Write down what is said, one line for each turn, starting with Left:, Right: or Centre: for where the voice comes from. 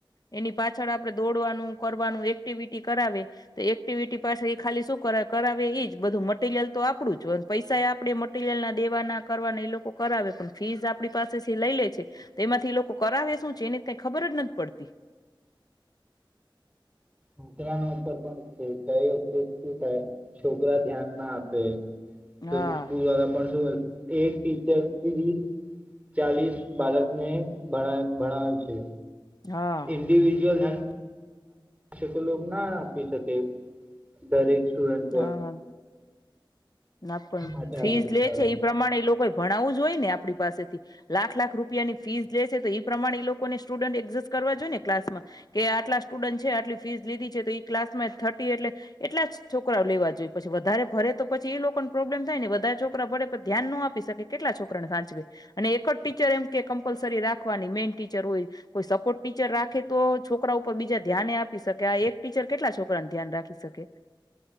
Left: એની પાછળ આપડણે દોડવાનું કરવાનું એક્ટિવિટી કરાવે તો એક્ટિવિટી પાસે એ ખાલી શું કર કરાવે એજ બધું મટીરિયલ તો આપડું જ પૈસા આપણેે મટીરિયલ ના દેવાના કરવાના એ લોકો કરાવે પણ ફીસ આપણી પાસેથી લઈ લે છે. તે એમાંથી એ લોકો કરાવે શું છે એને ત ખબર જ નથી પડતી.
Right: છોકરા ન ઉપર પણ શું થાય છોકરા ધ્યાન ના આપે.
Left: હા
Right: તો પુવાા પણ શુંય એક ટીચર ત્રીસ ચાલીસ બાળકને ભણ ભણાવે છે.
Left: હા
Right: ઇન્ડિવિજ્યુઅલ તો ના આપી શકે દરેક સ્ટુડન્ટ પર
Left: હા. ના પણ
Right: આ માટે આ
Left: ફીઝ
Right: બધું
Left: લે
Right: થાય
Left: છે એ પ્રમાણે એલો લોકોય ભણાવવું જોઈયે ને આપણી પાસેથી, લાખ લાખ રૂપિયા ની ફીઝ લેશે તો એઈ પ્રમાણે એ લોકોને સ્ટુડન્ટ એક્જસ્ટ કરવા જોઈ ને ક્લાસમાં કે આટલા સ્ટુડન્ટ છે આટલી ફીસ લીધી છે, તો ઈ ક્લાસ માં થર્ટી એટલે એટલા જ છોકરાઓ લેવા જોઈએ, પછી વધારે ભરે તો... પછી એ લોકોને પ્રોબ્લેમ થાય ને બધા છોકરા ભરેે પણ ધ્યાન ન આપી શકે, કેટલા છોકરાને સાચવે અને એક જ ટીચર એમ કે કમ્પલસરી રાખવાની મેઈન ટીચર હોય, કોઈ સપોર્ટ ટીચર રાખે તો છોકરા ઉપર બીજા ધ્યાને આપી શકે, આ એક ટીચર કેટલા છોકરાને ધ્યાન રાખી શકે.